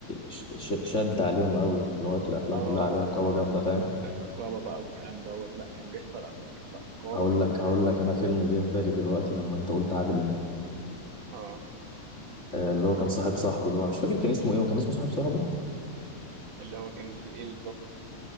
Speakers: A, on the left; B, on the right.
A: ش- ش- شد عليهم قوي دلوقتي الافلام
B: آه
A: كلها عليها
B: بالظبط
A: رقابه جامده فاهم
B: الرقابة بقى والكلام دوت لا كان بيحصل قبل كده أفكار
A: هقول
B: وكانت
A: لك
B: الناس
A: هقول
B: عندها
A: لك
B: حرية
A: انا فيلم جه في بالي دلوقتي لما انت قلت عادل امام
B: آه
A: آه، اللي هو كان صاحب صاحبه ده مش فاكر كان اسمه ايه هو كان اسمه صاحب صاحبه
B: اللي هو كان في إيه بالظبط